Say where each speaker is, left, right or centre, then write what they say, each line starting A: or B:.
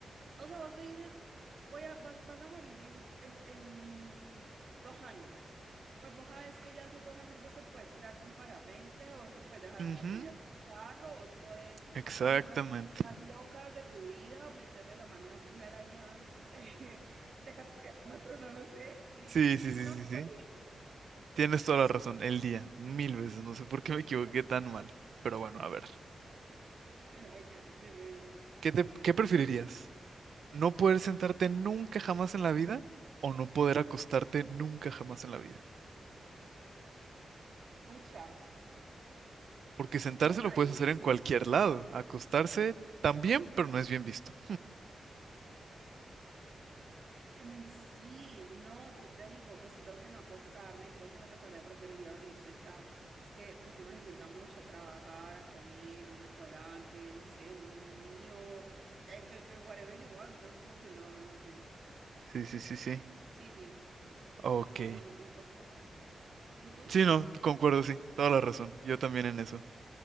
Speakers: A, on the right; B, on the right.
A: O sea, vos te dicen, voy a, vas, vas a morir en, en, en dos años. Pues vos sabes que ya esos dos años vos te puedes tirar de un parapente, vos te puedes dejar atropellar
B: Ujú,
A: de un carro, vos puedes
B: Exactamente.
A: hacer las cosas más locas de tu vida, o meterle la mano a una, una araña <laughs> eh, de categoría 4, no lo sé, y,
B: Sí,
A: y,
B: sí, sí,
A: y no vas
B: sí,
A: a
B: sí.
A: morir.
B: Tienes toda la razón. El día, mil veces. No sé por qué me equivoqué
A: <laughs>
B: tan mal. Pero bueno, a ver.
A: Ok, dime, dime.
B: ¿Qué te, qué preferirías? ¿No poder sentarte nunca jamás en la vida o no poder acostarte nunca jamás en la vida?
A: Pucha,
B: Porque sentarse
A: Eso está
B: lo puedes
A: difícil.
B: hacer en cualquier lado. Acostarse también, pero no es bien visto.
A: en sí, no, ¿qué te digo? Pues creo que no acostarme, creo que me tocaría, preferiría dormir sentada. Es que pues uno se sienta mucho a trabajar, a comer en un restaurante, no sé, en un mío, en, en- en whatever you want. Entonces como que no, no, no sé.
B: Sí, sí, sí, sí.
A: Sí, sí,
B: Ok.
A: no, no, no acostarme. ¿Y tú?
B: Sí, no, te concuerdo, sí, toda la razón. Yo también en eso.